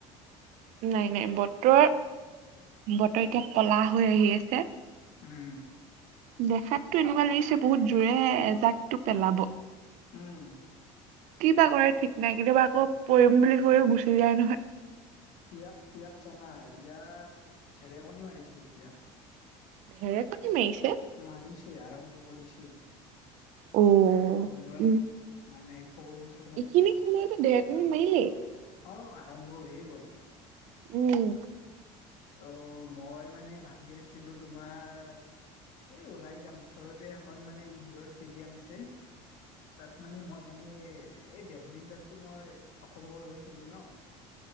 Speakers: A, on the right; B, on the left.
A: নাই নাই, বতৰ, বতৰ এতিয়া ক'লা হৈ আহি আছে।
B: উম।
A: দেখাতটো এনেকুৱা লাগিছে, বহুত জোৰে এজাকটো পেলাব।
B: উম।
A: কি বা কৰে ঠিক নাই। কেতিয়াবা আকৌ পৰিম বুলি কৈও গুচি যায় নহয়।
B: ইয়াত, ইয়াত জানা, ইয়াত ঢেৰেকণী মাৰিছে এতিয়া।
A: ঢেৰেকণী মাৰিছে?
B: মাৰিছে, আৰম্ভ কৰিছে।
A: অ
B: ত' মই
A: উম
B: মানে ফোন চ
A: এইখিনি খালো দেে <unintelligible> মাৰিলেই।
B: অ', আৰম্ভ হয়েই গ'ল।
A: উম।
B: ত' মই মানে ভাবি আছিলোঁ তোমাৰ এই ওলাই যাম, ওচৰতে এখন মানে ইনডোৰ ষ্টেডিয়াম আছে। তাত মানে মই মানে এই, বেডমিণ্টনতটো মই অসমৰ হৈ খেলো ন',